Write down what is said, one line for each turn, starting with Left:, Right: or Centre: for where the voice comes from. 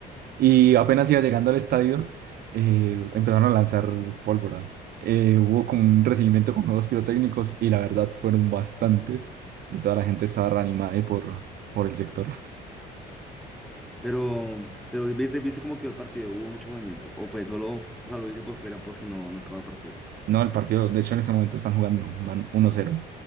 Right: Y apenas iba llegando al estadio, eh, empezaron a lanzar pólvora. Eh, hubo como un recibimiento con juegos pirotécnicos y la verdad fueron bastantes y toda la gente estaba reanimada eh, por, por el sector.
Centre: Pero, pero ¿viste, viste cómo quedó el partido? ¿Hubo mucho movimiento? ¿O fue solo, o sea, lo hice por fuera porque no, no acabó el partido?
Right: No, el partido, de hecho en ese momento están jugando, van uno cero